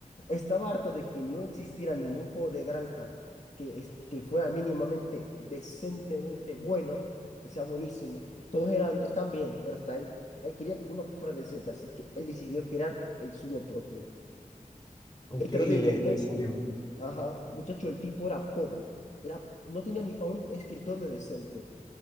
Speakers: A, on the left (about 55°); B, on the left (about 30°).
A: estaba harto de que no existiera ningún juego de granja que, es- que fuera mínimamente, decentemente bueno, que sea buenísimo. Todos eran, están bien, pero hasta ahí. Él quería que uno fuera decente, así que él decidió crear el suyo propio.
B: Ok,
A: Y te
B: y
A: lo digo,
B: le, le
A: eh,
B: salió.
A: ajá, muchacho, el tipo era pobre. Era, no tenía ni para un escritorio decente.